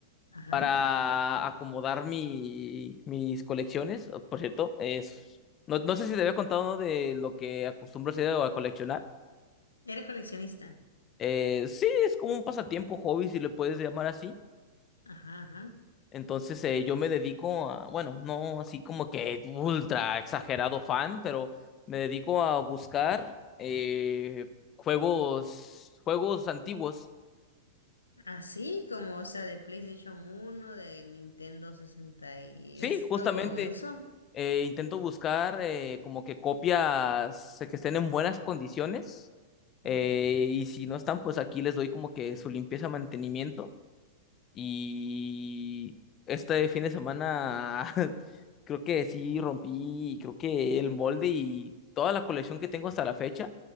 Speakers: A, on the left (about 80°); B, on the left (about 30°).
A: Ajá.
B: para acomodar mi, mis colecciones. Por cierto, es, no, no sé si te había contado ¿no? de lo que acostumbro a hacer o a coleccionar.
A: Eres coleccionista.
B: Eh, sí, es como un pasatiempo, hobby, si le puedes llamar así.
A: Ajá, ajá.
B: Entonces eh, yo me dedico a, bueno, no así como que ultra exagerado fan, pero me dedico a buscar eh, juegos, juegos antiguos.
A: Así como, o sea, de PlayStation uno, de Nintendo sesenta y
B: Sí,
A: esto,
B: justamente
A: eso.
B: eh, intento buscar eh, como que copias que estén en buenas condiciones eh,
A: Ujú,
B: y si no están, pues aquí les doy como que su limpieza, mantenimiento Y este fin de semana <laughs> creo que sí rompí, creo que el molde y toda la colección que tengo hasta la fecha,